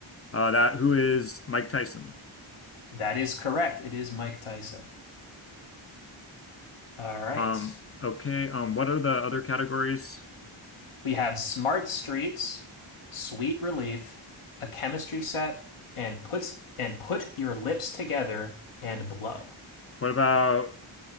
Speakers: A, on the left; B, on the left.
A: Uh, that who is Mike Tyson?
B: that is correct. It is Mike Tyson. All right.
A: Um, okay. Um, what are the other categories?
B: We have Smart Streets, Sweet Relief, A Chemistry Set, and puts and put your lips together and blow.
A: What about